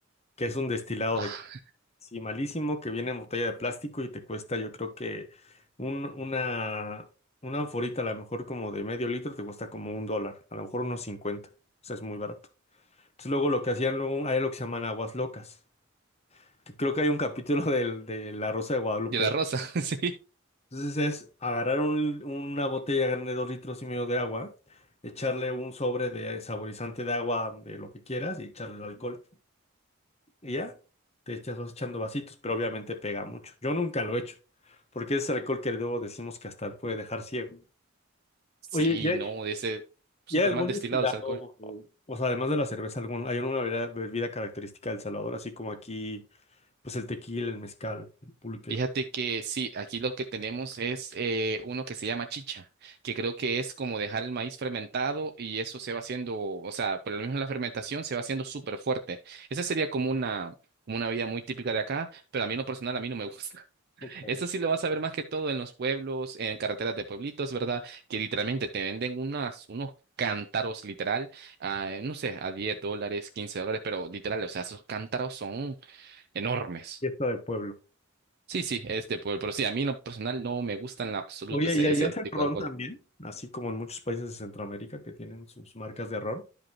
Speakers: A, on the left; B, on the right.
A: que es un destilado
B: Ah,
A: de sí, malísimo, que viene en botella de plástico y te cuesta, yo creo que un, una, una anforita, a lo mejor como de medio litro, te cuesta como un dólar, a lo mejor unos cincuenta, o sea, es muy barato. Entonces, luego lo que hacían, luego hay lo que se llaman aguas locas, que creo que hay un capítulo del, de La Rosa de Guadalupe.
B: de la rosa, <laughs> sí.
A: Entonces es agarrar un- una botella grande de dos litros y medio de agua, echarle un sobre de saborizante de agua, de lo que quieras, y echarle el alcohol. Y ya, te echas, vas echando vasitos, pero obviamente pega mucho. Yo nunca lo he hecho, porque es alcohol que luego decimos que hasta puede dejar ciego.
B: Sí,
A: Oye, ¿y hay,
B: no, de ese súper
A: y hay algún
B: mal destilado
A: destilado,
B: ese alcohol.
A: o sea, además de la cerveza, algún, hay una bebida, bebida característica del Salvador, así como aquí? pues el tequila, el mezcal, el pulque.
B: Fíjate que sí, aquí lo que tenemos es eh, uno que se llama chicha, que creo que es como dejar el maíz fermentado y eso se va haciendo, o sea, por lo mismo la fermentación se va haciendo súper fuerte. Esa sería como una, como una vida muy típica de acá, pero a mí en lo personal a mí no me gusta. <laughs>
A: Ok.
B: Eso sí lo vas a ver más que todo en los pueblos, en carreteras de pueblitos, ¿verdad? Que literalmente te venden unas, unos cántaros literal, a, no sé, a 10 dólares, 15 dólares, pero literal, o sea, esos cántaros son enormes.
A: Fiesta del pueblo.
B: Sí, sí, este, pero, pero sí, a mí en lo personal no me gusta en lo absoluto
A: Oye,
B: ese,
A: ¿y ahí
B: ese
A: hacen
B: tipo
A: ron
B: de alcohol.
A: también? Así como en muchos países de Centroamérica que tienen sus marcas de ron.